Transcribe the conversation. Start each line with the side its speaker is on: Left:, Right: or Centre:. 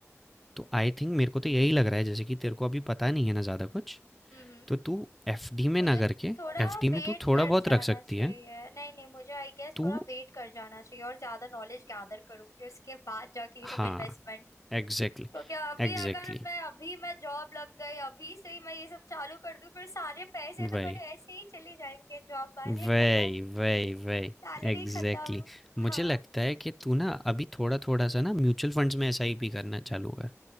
Centre: तो आई थिंक मेरे को तो यही लग रहा है जैसे कि तेरे को अभी पता नहीं है ना ज़्यादा कुछ,
Left: हम्म
Centre: तो तू एफडी
Left: मुझे
Centre: में ना करके
Left: थोड़ा
Centre: एफडी में
Left: वेट
Centre: तू थोड़ा
Left: कर
Centre: बहुत
Left: जाना
Centre: रख सकती
Left: चाहिए
Centre: है।
Left: नहीं नहीं मुझे आई गेस
Centre: तू
Left: थोड़ा वेट कर जाना चाहिए और ज्यादा नॉलेज गैदर करूंगी उसके बाद जाके ये
Centre: हाँ,
Left: सब इन्वेस्टमेंट
Centre: एग्ज़ैक्टली,
Left: क्योंकि अभी
Centre: एग्ज़ैक्टली,
Left: अगर मैं अभी मैं जॉब लग गई अभी से ही मैं ये सब चालू कर दूं फिर सारे पैसे
Centre: वही।
Left: तो मेरे ऐसे ही चले जाएंगे जॉब वाले
Centre: वही
Left: खत्म
Centre: वही वही
Left: सैलरी
Centre: एग्जैक्टली
Left: खत्म
Centre: exactly. मुझे
Left: हाँ
Centre: लगता है कि तू ना अभी थोड़ा थोड़ा सा ना म्यूचुअल फंड्स में एसआईपी करना चालू कर